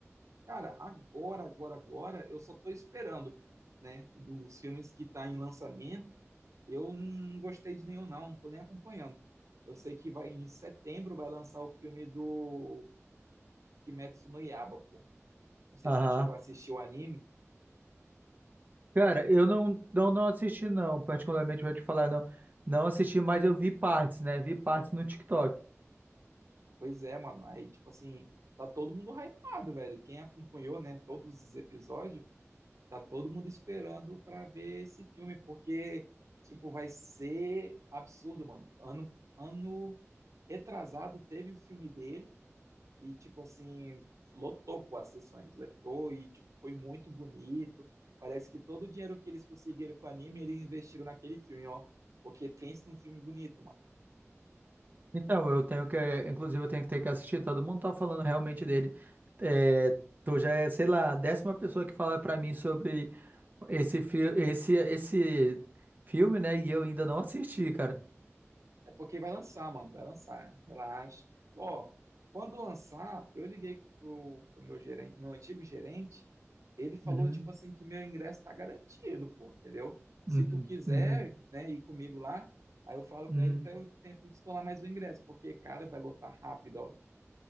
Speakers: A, on the right (about 85°); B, on the right (about 35°).
A: cara, agora, agora, agora, eu só tô esperando, né? Dos filmes que tá em lançamento, eu não gostei de nenhum, não, não tô nem acompanhando. Eu sei que vai em setembro vai lançar o filme do Kimetsu no Yaiba, pô. Não sei
B: Aham.
A: se tu chegou a assistir o anime.
B: Cara, eu não, não, não assisti, não, particularmente vou te falar, não. Não assisti, mas eu vi partes, né? Vi partes no TikTok.
A: Pois é, mano. Aí, tipo assim, tá todo mundo hypado, velho. Quem acompanhou, né, todos os episódios, tá todo mundo esperando pra ver esse filme, porque, tipo, vai ser absurdo, mano. Ano, ano retrasado teve o filme dele e, tipo assim, lotou pô, as sessões, lotou e, tipo, foi muito bonito. Parece que todo o dinheiro que eles conseguiram com o anime, eles investiram naquele filme, ó. Porque pensa num filme bonito, mano.
B: Então, eu tenho que, inclusive, eu tenho que ter que assistir. Todo mundo tá falando realmente dele. É, tu já é, sei lá, a décima pessoa que fala pra mim sobre esse, fi esse, esse filme, né? E eu ainda não assisti, cara.
A: É porque vai lançar, mano. Vai lançar. Relaxa. Ó, quando lançar, eu liguei pro, pro meu gerente, meu antigo gerente. Ele falou,
B: Uhum,
A: tipo assim, que meu ingresso tá garantido, pô, entendeu? Se
B: uhum,
A: tu quiser,
B: uhum,
A: né, ir comigo lá, aí eu falo
B: uhum.
A: com ele pra eu tento descolar mais o ingresso, porque, cara, vai lotar rápido, ó.